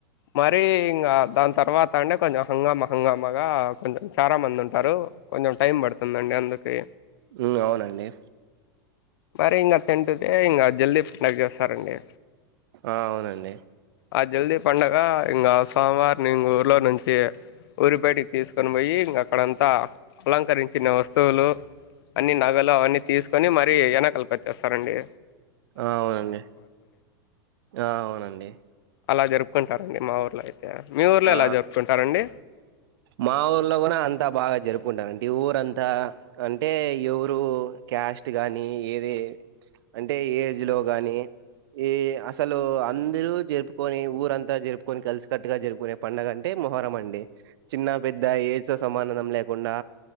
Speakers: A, on the left; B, on the right.
A: మరీ ఇంగా దాని తర్వాత అంటే కొంచెం హంగామా హంగామాగా కొంచెం చాలా మంది ఉంటారు. కొంచెం టైం పడుతుందండి అందుకే
B: ఉమ్ అవునండి
A: మరీ ఇంగ తెంటుదే ఇంగ జల్దీ <unintelligible> చేస్తారండి
B: ఆ అవునండి
A: ఆ జల్దీ పండగ ఇంగా సోమవారంని ఊర్లో నుంచి ఊరి బయటకి తీసుకొని పోయి ఇంగ అక్కడంతా అలంకరించిన వస్తువులు అన్నీ నగలు అవన్నీ తీసుకొని మరీ వెనకాల కట్టేస్తారండి
B: ఆ అవునండి ఆ అవునండి
A: అలా జరుపుకుంటారండి మా ఊర్లో అయిత్ మీ ఊర్లో
B: ఆ
A: ఎలా జరుపుకుంటారండి
B: మా ఊర్లో కూడా అంతా బాగా జరుపుకుంటారండీ ఊరంత్ త అంటే ఎవరూ క్యాస్ట్ గాని ఏది అంటే ఏజ్ లో గాని, ఈ అసలు అందరూ జరుపుకొని ఊరంతా జరుపుకొని కలిసికట్టుగా జరుపుకునే పండుగ అంటే మొహరం అండి చిన్న పెద్ద ఏజ్ తో సమాందం లేకుండా